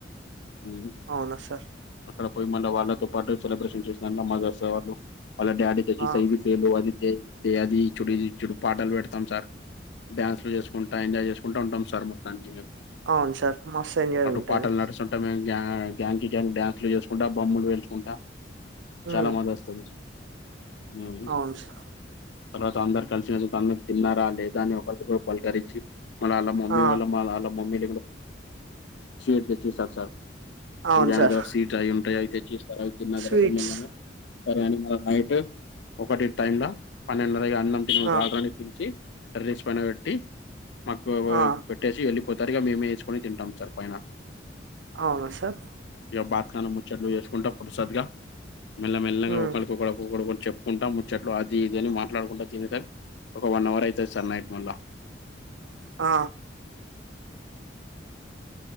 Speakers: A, on the left; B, on the right.
A: ఉ
B: అవునా సార్
A: అక్కడ పోయి మళ్ళీ వాళ్ళతో పాటు సెలబ్రేషన్ చేసిన <unintelligible> వాళ్ల డాడీ తో
B: ఆ!
A: పాటు పేలు అది అది చుడి చుడి పాటాలు పెడతాం సార్ డ్యాన్స్లు చేసుకుంటా ఎంజాయ్ చేసుకుంటా ఉంటాం సార్ మొత్తానికి ఇగ
B: అవును సార్. మస్తు ఎంజాయ్
A: అటు
B: ఉంటది.
A: పాటలు నడుస్ గ్యాంగ్ కి గ్యాంగ్ డ్యాన్సులు చేసుకుంటా బాంబులు పేల్చుకుంటా
B: హ్మ్.
A: చాలా మళ్లీ వస్తారు ఉమ్
B: అవును సార్.
A: తర్వాత అందరు కలిసిన తన తిన్నారా లేదా అని ఒకరికి ఒకరు పలకరించి మళ్ళ వాళ్ళ మమ్మీ
B: ఆ!
A: వాళ్ళ మళ్ళ వాళ్ళ మమ్మీ స్వీట్ తెచ్చిర్రు సార్
B: అవును
A: పూజా అయిన
B: సార్.
A: తర్వాత స్వీటు అయ్యి ఉంటాయి అయితే ఇస్తారు అవి తిన్న
B: స్వీట్స్.
A: తర్వాత సరే అని నైట్ ఒకటి టైం లా పన్నెండున్నరగా అన్నం తినండి
B: ఆ!
A: రారా అని పిలిచి టెర్రస్ పైన పెట్టి మాకు
B: ఆ!
A: పెట్టేసి వెళ్ళిపోతారు ఇగ మేమే వేసుకొని తింటాం సార్ పైన
B: అవునా సార్
A: ఇగ బాత్కాన ముచ్చట్లు వేసుకుంటా పులసత్క మెల్లమెల్లగా
B: హ్మ్.
A: ఒక్కొక్కడు ఒక్కొక్కడు చెప్పుకుంటా ముచ్చట్లు అది ఇది అని మాట్లాడుకుంటా తినేసరికి ఒక వన్ అవర్ అవుతుంది సార్ నైట్ మళ్ళా
B: ఆ